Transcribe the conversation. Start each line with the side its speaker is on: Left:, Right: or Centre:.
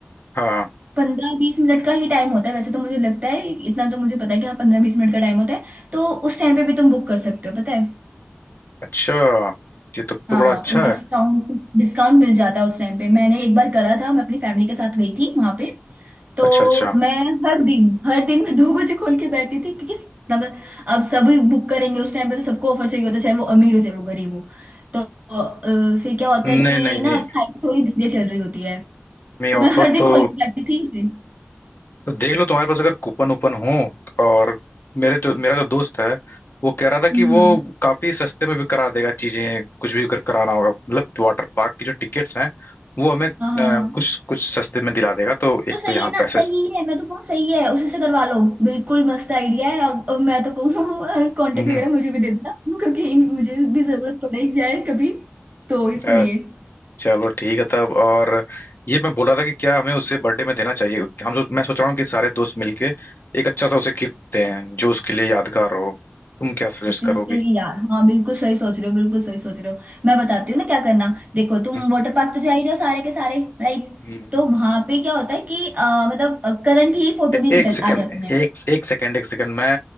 Left: हाँ
Right: पंद्रह बीस मिनट का ही टाइम होता है वैसे तो मुझे लगता है इतना तो मुझे पता है कि हाँ पंद्रह बीस मिनट का टाइम होता है तो उस टाइम पे भी तुम बुक कर सकते हो पता है
Left: अच्छा ये तो, तो
Right: हाँ
Left: बड़ा अच्छा
Right: और डिस्काउंट
Left: है
Right: डिस्काउंट मिल जाता है उस टाइम पे मैंने एक बार करा था मैं अपनी फैमिली के साथ गई थी वहां पे तो
Left: अच्छा अच्छा
Right: मैं हर दिन हर दिन मैं दो बजे खोल के बैठती थी क्योंकि स- मतलब अब सभी बुक करेंगे उस टाइम पे तो सबको ऑफर चाहिए होता है चाहे वो अमीर हो चाहे वो गरीब हो तो अ, फिर क्या होता
Left: नहीं
Right: है कि
Left: नहीं नहीं
Right: ना साइट थोड़ी धीरे चल रही होती है
Left: नहीं
Right: तो
Left: ऑफर
Right: मैं हर दिन
Left: तो
Right: खोल के बैठती थी उसे
Left: तो देख लो तुम्हारे पास अगर कूपन वूपन हो और मेरे जो मेरा जो दोस्त है वो कह रहा था कि
Right: हम्म
Left: वो
Right: हम्म
Left: काफी सस्ते में भी करा देगा चीजें कुछ भी अगर कराना होगा मतलब वाटर पार्क की जो टिकट्स हैं वो हमें अ,
Right: हाँ हाँ हाँ।
Left: कुछ कुछ सस्ते में दिला देगा तो एक
Right: तो सही
Left: तो यहाँ
Right: है ना
Left: पैसे
Right: सही है मैं तो कहूँ सही है उसी से करवा लो बिल्कुल मस्त आइडिया है और, और मैं तो कहूँ <laughs> कांटेक्ट
Left: हम्म
Right: वगैरह मुझे भी दे देना क्योंकि इन- मुझे भी जरूरत पड़े जाए कभी तो इसलिए
Left: अ, चलो ठीक है तब और ये मैं बोल रहा था कि क्या हमें उसे बर्थडे में देना चाहिए हम सो- मैं सोच रहा हूँ कि सारे दोस्त मिलके एक अच्छा सा उसे गिफ्ट दें जो उसके लिए यादगार हो तुम क्या सजेस्ट
Right: जो
Left: करोगी
Right: उसके लिए यार हाँ बिल्कुल सही सोच रहे हो बिल्कुल सही सोच रहे हो मैं बताती हूँ ना क्या करना देखो तुम
Left: हम्म
Right: वाटर पार्क तो जा ही रहे हो सारे के सारे राइट
Left: हम्म,
Right: तो वहां पे क्या होता है कि अ, मतलब करंटली फोटो
Left: ए-
Right: भी निकल
Left: एक सेकंड
Right: आ जाती है
Left: एक एक सेकंड एक सेकंड मैं